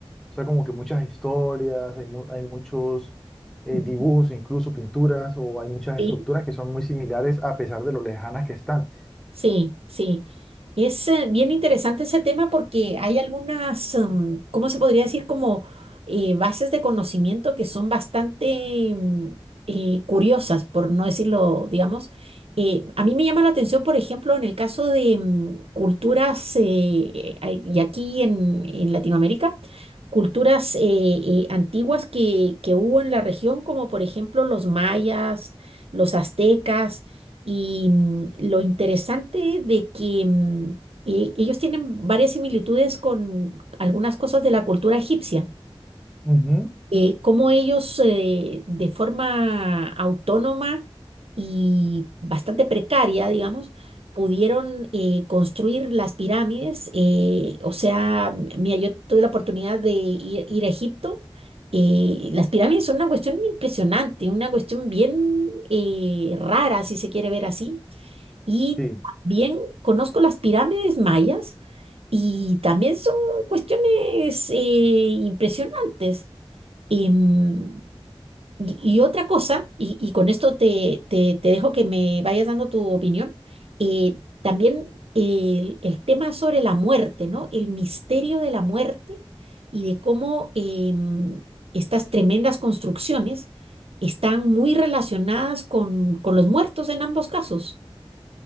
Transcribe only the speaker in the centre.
sea, como que muchas historias, hay, mu- hay muchos eh,
dibujos, incluso pinturas, o hay muchas
estructuras que son muy similares a pesar de lo lejanas que están.
Ujú,
Sí.